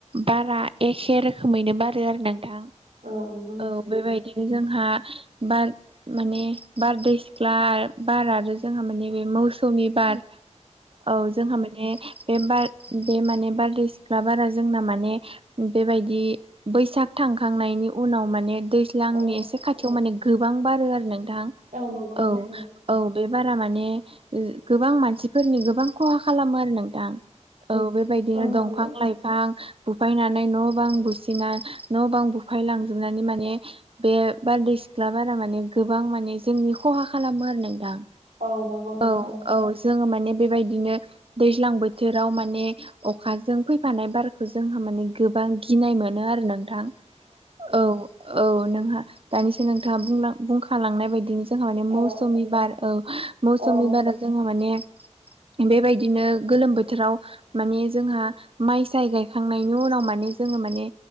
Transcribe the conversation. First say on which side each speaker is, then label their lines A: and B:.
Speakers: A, on the right (about 50°); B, on the right (about 80°).
A: बारा एखे रोखोमैनो बारो आरो नोंथां
B: औ नंगौ नोंथां
A: औ बेबायदिनो जोंहा बार माने बारदै सिख्ला बार आरो जोंहा माने बे मौसुमि बार औ जोंहा माने बे बार बे माने बारदै सिख्ला बारा जोंना माने बेबायदि बैसाग थांखांनायनि उनाव माने दैज्लांनि
B: औ
A: एसे खाथियाव माने गोबां बारो आरो नोंथां
B: औ नंगौ नोंथां
A: औ-औ
B: औ
A: बे बारा माने माने गोबां मानसिफोरनि गोबां खहा खालामो आरो नों थां औ बेबायदिनो
B: औ नंगौ
A: दंफां लाइफां बुफायनानै न' बां बुसिना न' बां बुफाय लांजोबनानै माने बे बारदै सिख्ला बारा माने गोबां माने जोंनि खहा खालामो आरो नोंथां।
B: औ। नोंथां
A: औ-औ
B: औ
A: जोङो मानेब बेबायदिनो दैज्लां बोथोराव माने अखाजों फैफानाय बारखौ जोंहा माने गोबां गोबां गिनाय मोनो आरो नों थां औ औ नों हा दानिसो नोंथाङा बुंलां‌ बुंखा खाालांनाय बायदिनो जोंहा माने
B: नोंथां
A: मौसुमि
B: औ
A: बार औ मौसुमि
B: औ
A: बारा जोंहा माने बेबायदिनो गोलोम बोथोराव माने जोंहा माइ साय गायखांनायनि उनाव माने जोङो माने